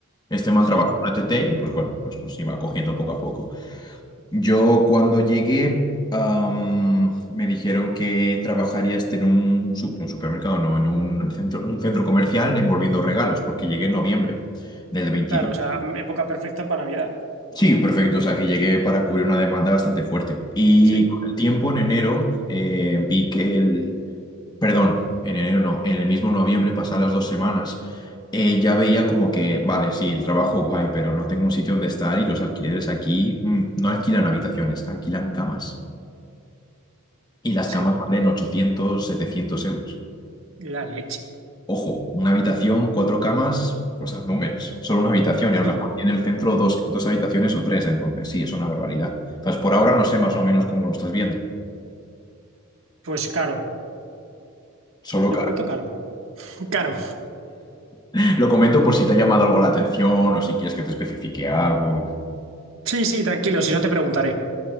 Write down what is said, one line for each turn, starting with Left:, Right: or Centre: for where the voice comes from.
Left: Este man trabajó
Right: Sí,
Left: en una E T T y pues bueno, pues nos iba cogiendo poco a poco. Yo cuando llegué, am, me dijeron que trabajaría este en un, sup- un supermercado, no, en un centro, un centro comercial envolviendo regalos, porque llegué en noviembre del 22.
Right: claro, o sea, época perfecta para Navidad.
Left: Sí, perfecto. O sea, que llegué para cubrir una demanda bastante fuerte. Y
Right: Sí,
Left: con el tiempo, en enero, eh, vi que el, perdón, en enero no, en el mismo noviembre, pasadas las dos semanas, eh, ya veía como que, vale, sí, el trabajo guay, pero no tengo un sitio donde estar y los alquileres aquí mm, no alquilan habitaciones, alquilan camas. Y las
Right: sí,
Left: camas valen 800, 700 euros.
Right: la leche.
Left: Ojo, una habitación, cuatro camas, pues haz números. Solo una habitación
Right: Sí,
Left: y a lo mejor tiene el centro dos, dos habitaciones o tres, entonces sí, es una barbaridad. Entonces, por ahora no sé más o menos cómo lo estás viendo.
Right: pues caro,
Left: Solo
Right: de
Left: que
Right: momento caro. <laughs> Caro.
Left: <laughs> lo comento por si te ha llamado algo la atención o si quieres que te especifique algo.
Right: Sí, sí, tranquilo, si no te preguntaré.